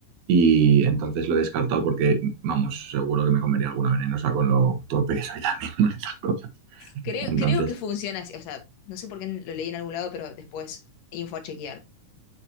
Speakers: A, on the right (about 70°); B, on the left (about 90°).
A: y entonces lo he descartado porque, vamos, seguro que me comería alguna venenosa con lo torpe que soy también <laughs> con estas cosas.
B: Creo,
A: Entonces,
B: creo que funciona así, o sea, no sé por qué lo leí en algún lado, pero después info a chequear.